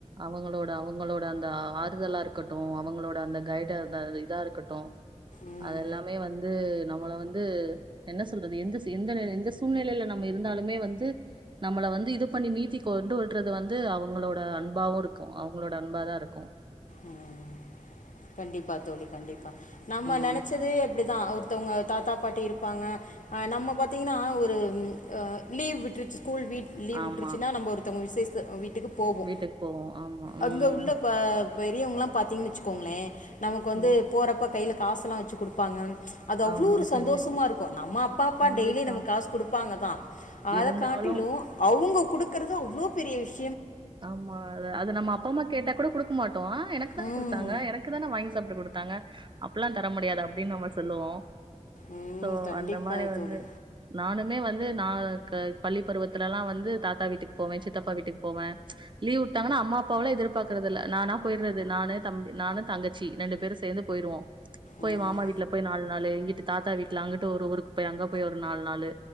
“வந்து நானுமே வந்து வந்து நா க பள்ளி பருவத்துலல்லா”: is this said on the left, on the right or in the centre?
Right